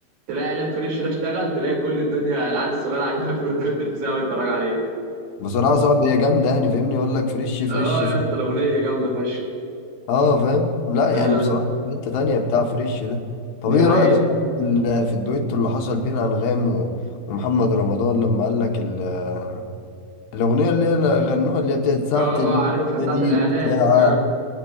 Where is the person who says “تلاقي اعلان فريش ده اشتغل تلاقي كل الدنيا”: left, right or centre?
Right